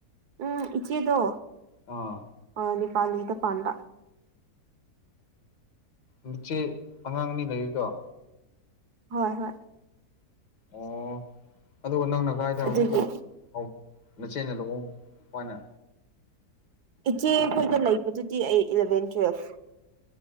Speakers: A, on the right; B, on the left.
A: ꯎꯝ ꯏꯆꯦꯗꯣ
B: ꯑꯥ
A: ꯑꯥ ꯅꯦꯄꯥꯂꯤꯗ ꯄꯥꯟꯕ
B: ꯅꯆꯦ ꯑꯉꯥꯡ ꯑꯅꯤ ꯂꯩꯕꯗꯣ
A: ꯍꯣꯏ ꯍꯣꯏ
B: ꯑꯣ ꯑꯗꯨꯒ ꯅꯪꯅ ꯀꯥꯏꯗ ꯑꯃꯨꯛꯀ
A: ꯑꯗꯨꯒꯤ
B: <unintelligible> ꯅꯆꯦꯅ ꯂꯨꯍꯣꯡ ꯄꯥꯏꯅꯦ
A: ꯏꯆꯦꯈꯣꯏꯗ ꯂꯩꯕꯗꯨꯗꯤ ꯑꯩ ꯏꯂꯚꯦꯟ ꯇꯨꯋꯦꯜꯐ